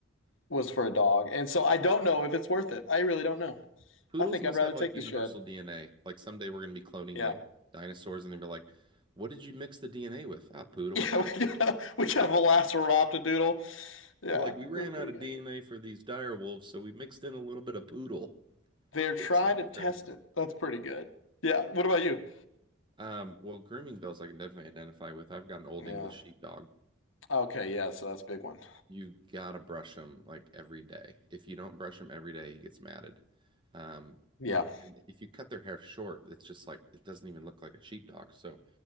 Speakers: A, on the left; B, on the right.
A: was for a dog. And so I don't know if it's worth it. I really don't know.
B: Poodles
A: I think
B: must
A: I'd rather
B: have
A: take
B: like universal
A: the shed.
B: DNA. Like someday we're gonna be cloning
A: Yeah.
B: like
A: <laughs>
B: dinosaurs, and they'll be like, "What did you mix the DNA with?" Ah, poodle.
A: Yeah, we got, a, we got a Velociraptor Yeah,
B: Like we ran
A: that's pretty
B: out of
A: good.
B: DNA for these dire wolves, so we mixed in a little bit of poodle. <laughs>
A: They're tried
B: Works out
A: and
B: great.
A: tested. That's pretty good. Yeah. What about you?
B: Um, well, grooming bills I can definitely identify with. I've got an old
A: Yeah.
B: English sheepdog.
A: Okay. Yeah. So that's a big one.
B: You gotta brush him like every day. If you don't brush him every day, he gets matted. Um,
A: Yeah.
B: and if you cut their hair short, it's just like it doesn't even look like a sheepdog. So